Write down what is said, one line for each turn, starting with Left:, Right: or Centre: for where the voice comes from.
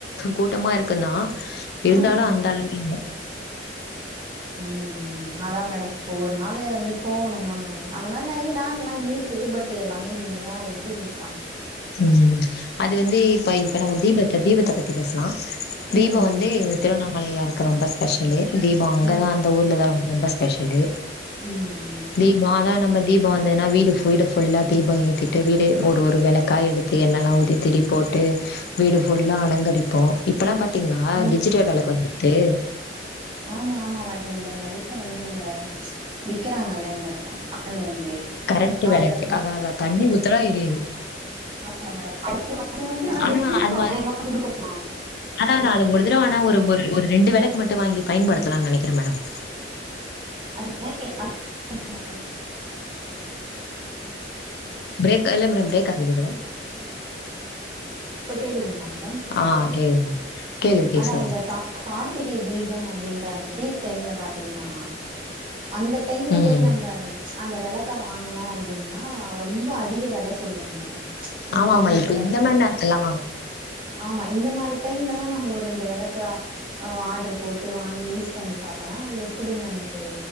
Left: கூட்டமா இருக்குந்தா இருந்தாலு
Right: ம்
Left: அந்த அளவுல இல்ல
Right: உம் உம் அதா மேடம் இப்ப ஒரு நாள் வந்து போகணு தா மேடம் அந்த மாரி நெறய பிளான் எல்லா இருக்கு பட் எல்லாமே இனிமேதா எக்ஸிகியூட் பண்ண
Left: உம் அது வந்து இப்ப இப்ப நம்ம தீபத் தீபத்த பத்தி பேசலா தீப
Right: ம்,
Left: வந்து திருவண்ணாமல மழையா இருக்கு ரொம்ப ஸ்பெஷலு தீப அங்கதா
Right: ம்.
Left: அந்த ஊர்ல தா ரொம்ப ஸ்பெஷலு
Right: ம், ம்.
Left: தீபா தா என் நம தீப வந்ததுனா வீடு வீடு ஃபுல்லா தீபம் ஏத்திட்டு வீடு ஒரு ஒரு வெளக்கு க்க் எடுத்து என்னெல்லா ஊத்தி திரி போட்டு வீடு ஃபுல்லா அலங்கரிப்போ இப்பெல்லா ப த்தீங்ளா
Right: ம்,
Left: டிஜிட்டல்
Right: ம்.
Left: வெளக்கு வந்துருக்கு
Right: ஆமா ஆமா மேடம் இந்த நெறய வந்து இந்த விக்குறாங்கல்ல இந்த ஆன்லைன்லயே
Left: கரண்ட்
Right: அதுல
Left: வேலக்கு
Right: வந்து
Left: அதா அதா தண்ணி உ த்தா எரியுது
Right: ஆமா மேடம் அது அது வந்து ஆ
Left: ஆனா
Right: வெ அதிகமா
Left: அது வ
Right: குடுக்கனுமா
Left: ஆனா
Right: இப்ப
Left: நா அது
Right: வந்து
Left: ஒரு தடவ ஆனா ஒரு ஒரு ஒரு ரெண்டு விளக்கு வாங்கி பயன்படுத்தலானு நெனக்குறே மேடம்
Right: அ <unintelligible>
Left: ப்ரேக் அல்ல மேடம் ப்ரேக் ஆகுது மேடம்
Right: இப்ப கேக்குதுங்களா மேடம் ஹலோ
Left: ஆ கேக்குது கேக்குது கேக்குது
Right: அதா
Left: சொல்லுங்க
Right: இந்த கா கார்த்திகை தீபம் அப்படின்றாங்க அந்த பீக் டைம்ல பாத்தீங்கன்னா அந்த டைம்ல
Left: ம்
Right: போய் நம்ப அந்த விளக்க வாங்கணு அப்படின்னா ரொம்ப அதிக வில சொல்லுவாங்க மேடம் நீங்க
Left: ஆமா
Right: சொல்றீங்கல்ல
Left: ஆமா இப்ப இந்த மாரி நேரத்தலா
Right: ஆமா இந்த மாரி டைம்லல்லா னு நம்ம ஒரு ரெண்டு வெலக்கு ஆடரு போட்டு வாங்கி யூஸ் பண்ணி பாத் அனா அது எப்படின்னு நமக்கு